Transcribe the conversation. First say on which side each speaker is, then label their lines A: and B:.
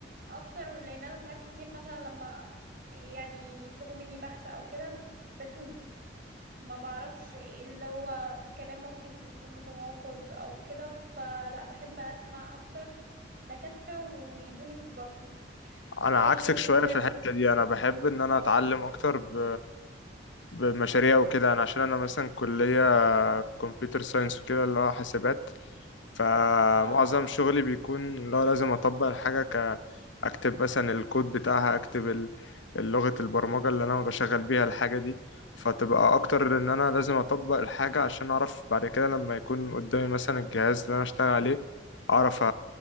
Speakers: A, on the right; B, on the left.
A: اكتر لان انا ساعات كتير مثلا لما يعني يطلبوا مني بحث او كده بتوه ما بعرفش إيه اللي هو كلام ممكن يكون متناقض او كده فلا بحب اسمع اكتر دكاترة ويدوني خبراتهم
B: انا
A: طيب
B: عكسك شويه في الحته دي انا بحب ان انا
A: اه
B: اتعلم اكتر ب... بمشاريع وكده انا عشان انا مثلا كليه كمبيوتر ساينس وكده اللي هو حاسبات فمعظم
A: اه
B: شغلي بيكون اللي هو لازم اطبق الحاجة ك اكتب مثلا الكود بتاعها اكتب ال- لغة البرمجة اللي انا بشغل بيها الحاجة دي فتبقى اكتر ان انا لازم اطبق الحاجة عشان اعرف بعد كده لما يكون قدامي مثلا الجهاز اللي انا اشتغل عليه اعرف أ-